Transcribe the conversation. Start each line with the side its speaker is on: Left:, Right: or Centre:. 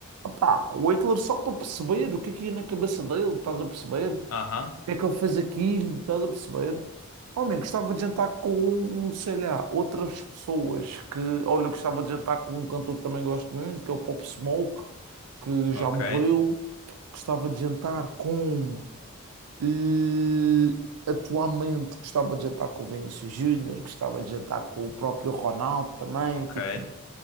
Right: pá, com o Hitler só para perceber o que é que ia na cabeça dele, estás a perceber?
Left: Aham,
Right: O que é que ele fez aquilo, estás a perceber? Homem, gostava de jantar com, sei lá, outras pessoas que, olha, gostava de jantar com um cantor que também gosto muito, que é o Pop Smoke, que
Left: ok,
Right: já morreu. Gostava de jantar com, eh, atualmente, gostava de jantar com o Vinícius Júnior, gostava de jantar com o próprio Ronaldo também,
Left: ok.
Right: tipo.